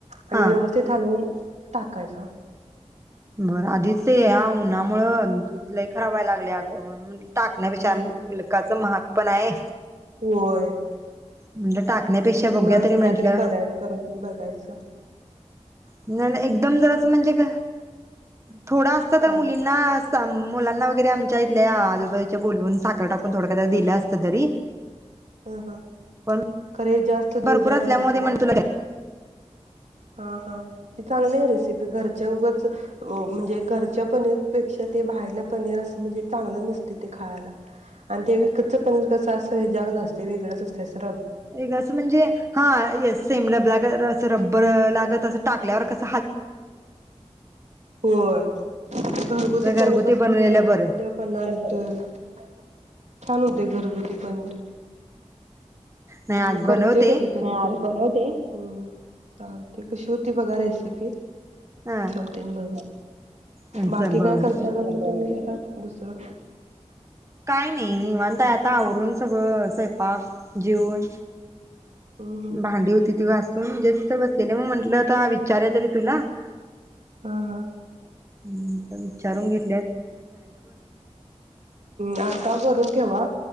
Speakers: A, on the right; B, on the right.
A: आणि
B: हा
A: व्यवस्थित हलवून टाकायच. <unintelligible>
B: बरं- आधीच ते या उन्हामुळं दुध लय खराब व्हायला लागलेय आगं. टाकण्यापेक्षा
A: हा
B: आ मुलखाचं
A: हा
B: महाग. पण आहे.
A: होय -त्यांची
B: म्हटलं टाकण्यापेक्षा बघूया
A: मानस
B: म्हंटलं
A: काय तरी <unintelligible> भेटायचं -
B: नाही, नाही, एकदम जरा म्हणजे ते थोडं असत
A: काय
B: तर, मुलींना, मुलांना वगैरे. आमच्या इथल्या आजूबाजूच्या बोलवून साखर टाकून, थोडं थोड दिलं असत तरी.
A: हा हा
B: पण
A: खर हे जास्त
B: भरपूर
A: दूध आहे
B: असल्यामुळे
A: म्हंटलं
B: ते म्हण तुला
A: हा हा ते चांगली आहे, रेसिपी घरच्या उगच म्हणजे घरच्या पनीरपेक्षा ते बाहेरलं पनीर असं, म्हणजे चांगलं नसते ते खायला आणि ते विकतच पनीर कसं अस‌ ह्याज्यागत असते वेगळंच असतय अस
B: एक असं म्हणजे हा येस लबलाग रबर लागत अस टाकल्यावर कस
A: होय घरगुती
B: आपलं घरगुती
A: पनीर कस
B: बनवलेलं
A: असत घट्टपणा
B: बरं
A: येतोय छान होतय, घरगुती पनीर.
B: नाही आज
A: आमी करतोय
B: बनवते
A: कधी कधी तर बनवते, हं चालते कशी होती बगा रेसिपि
B: हा
A: ठेवते अन् बगा
B: बर
A: बाकी काय
B: बर
A: करता का तूम्ही घरात? दुसर
B: काय नाई निवांत हाय आता आवरून सगळं स्वयंपाक जेऊन
A: हम्म हम्म
B: भांडी होती ती घास अं जस्ट बसलेली म्हणून म्हटलं आता विचारूया तरी तुला?
A: अं हं
B: हम्म विचारून घेत
A: आता करून ठेवा